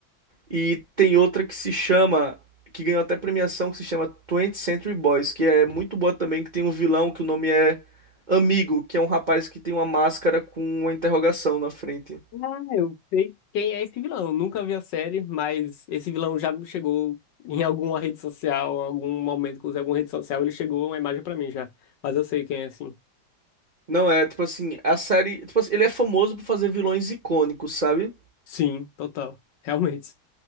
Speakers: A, on the right; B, on the left.
A: E tem outra que se chama, que ganhou até premiação, que se chama 20 Century Boys, que é muito boa também, que tem um vilão que o nome é Amigo, que é um rapaz que tem uma máscara com uma interrogação na frente.
B: Ah, eu sei quem é esse vilão. Eu Nunca vi a série, mas esse vilão já me chegou em alguma rede social, em algum momento que eu usei alguma rede social, ele chegou uma imagem pra mim já. Mas eu sei quem é, sim.
A: Não é, tipo assim, a série, tipo assim, ele é famoso por fazer vilões icônicos, sabe?
B: Sim, total. Realmente.